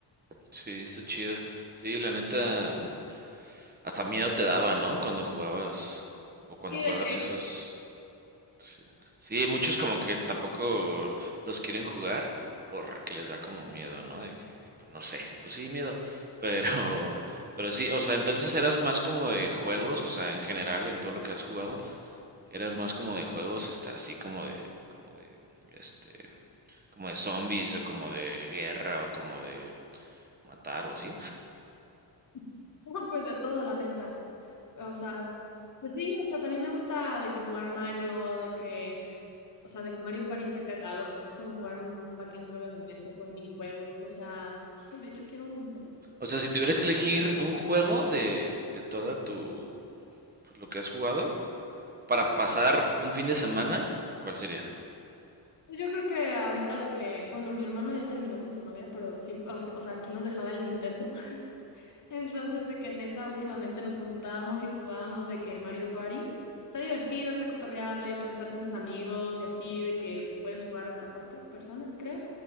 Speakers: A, on the right (about 20°); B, on the left (about 45°).
A: sí, está chido. Sí, la neta, mm, hasta miedo te daba, ¿no? Cuando jugabas o cuando
B: Sí,
A: juegas
B: de que,
A: esos. Sí, Sí, muchos como que tampoco los quieren jugar porque les da como miedo, ¿no? De que, pues, no sé, pues sí, miedo. <laughs> Pero, pero sí, o sea, entonces eras más como de juegos, o sea, en general, en todo lo que has jugado. Eras más como de juegos, este, así como de, como de, este, como de zombies o como de guerra o como de matar o así.
B: <laughs> no, pues de todo, la neta, o sea, pues sí, o sea, también me gusta de que jugar Mario, de que O sea, de que Mario Party está cagado, pues es como jugar un fucking juego de mesa con minijuegos. O sea, ay, de hecho quiero un Nintendo.
A: O sea, si tuvieras
B: Sí.
A: que elegir un juego de, de toda tu, pues, lo que has jugado para pasar un fin de semana, ¿cuál sería?
B: Pues yo creo que ahorita lo que, bueno, mi hermano ya terminó con su novia, pero siempre, o o sea, aquí nos dejaba el Nintendo. Entonces, de que neta, últimamente nos juntábamos y jugábamos de que Mario Party está divertido, está cotorreable, puedes estar con tus amigos y así, de que pueden jugar hasta cuatro personas, creo.